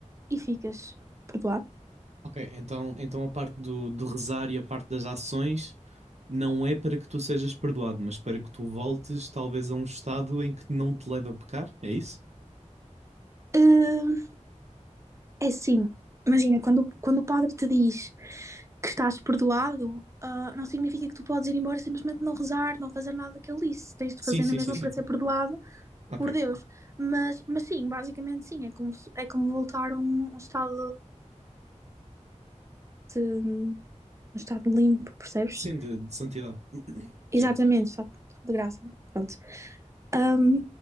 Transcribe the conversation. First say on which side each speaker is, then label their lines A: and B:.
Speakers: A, on the right; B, on the right.
A: e ficas perdoado.
B: Ok, então, então a parte do, do rezar e a parte das ações. não é para que tu sejas perdoado, mas para que tu voltes talvez a um estado em que não te leva a pecar, é isso?
A: Hum, é assim, imagina, quando, quando o padre te diz que estás perdoado, ah, não significa que tu podes ir embora e simplesmente não rezar, não fazer nada que ele disse. Tens de
B: Sim,
A: fazer
B: sim,
A: na mesma
B: sim, sim.
A: Sim. para ser perdoado
B: Ok.
A: por Deus. Mas, mas sim, basicamente sim, é como, é como voltar a um, um estado de, um estado limpo, percebes?
B: Sim, de, de santidade. <clears throat>
A: Exatamente,
B: Sim.
A: só de graça. Pronto. Um,